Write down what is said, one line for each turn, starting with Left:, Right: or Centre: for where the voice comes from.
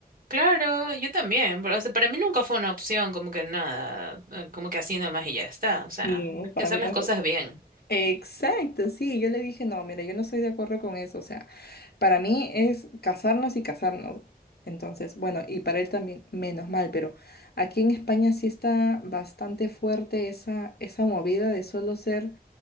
Right: Claro, yo también, pero, o sea, para mí nunca fue una opción, como que nada, eh, como que así nomás y ya está, o sea,
Left: No,
Right: hay
Left: para
Right: que hacer
Left: mí
Right: las
Left: tampoco.
Right: cosas bien.
Left: Exacto, sí, yo le dije, no, mira, yo no estoy de acuerdo con eso, o sea, para mí es casarnos y casarnos. Entonces, bueno, y para él también, menos mal, pero aquí en España sí está bastante fuerte esa, esa movida de solo ser